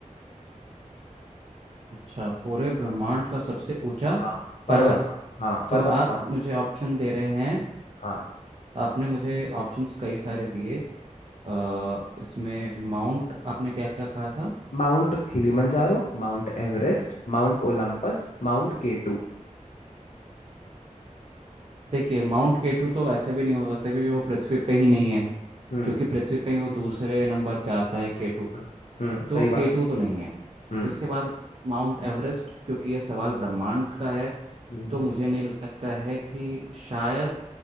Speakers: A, on the right; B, on the left.
A: अच्छा पूरे ब्रह्मांड का सबसे ऊंचा
B: हाँ पर्वत
A: पर्वत
B: हाँ
A: तो
B: पर्वत
A: आप
B: कौन से
A: मुझे ऑप्शन दे रहे हैं
B: हाँ
A: आपने मुझे ऑप्शंस कई सारे दिए अ, इसमें माउंट आपने क्या क्या कहा था
B: Mount Kilimanjaro mount Everest mount Olympus mount K two
A: देखिए माउंट केटू तो ऐसे भी नहीं हो सकता क्योंकि वो पृथ्वी पे ही नहीं है
B: हम्म
A: क्योंकि पृथ्वी पे ही वो दूसरे नंबर पे आता है केटू
B: हम्म हम्म,
A: तो
B: सही
A: केटू
B: बात
A: तो नहीं है
B: हम्म
A: इसके बाद माउंट एवरेस्ट क्योंकि ये सवाल ब्रह्मांड का है
B: हम्म
A: तो मुझे नहीं लगता है कि शायद